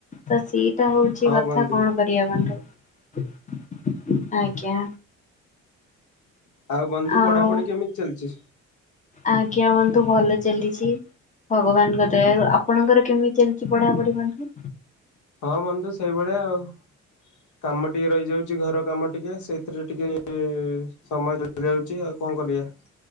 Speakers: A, on the left; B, on the left.
A: ତ ସେଇ ତ ହୋଉଛି
B: ହଁ
A: କଥା
B: ବନ୍ଧୁ।
A: କଣ କରିବା ବନ୍ଧୁ ଆଜ୍ଞା।
B: ଆଉ ବନ୍ଧୁ
A: ଆଉ
B: ପଢାପଢି କେମିତି ଚାଲିଛି?
A: ଆଜ୍ଞା ବନ୍ଧୁ ଭଲ ଚାଲିଛି। ଭଗବାନଙ୍କ ଦୟାରୁ। ଆପଣଙ୍କର କେମିତି ଚାଲିଛି ପଢାପଢି ବନ୍ଧୁ?
B: ହଁ ବନ୍ଧୁ ସେଇଭଳିଆ ଆଉ। କାମ ଟିକେ ରହିଯାଉଛି ଘର କାମ ଟିକେ ସେଇଥିରେ ଟିକେ ସମୟ <inaudible> ଯାଉଛି ଆଉ କଣ କରିବା।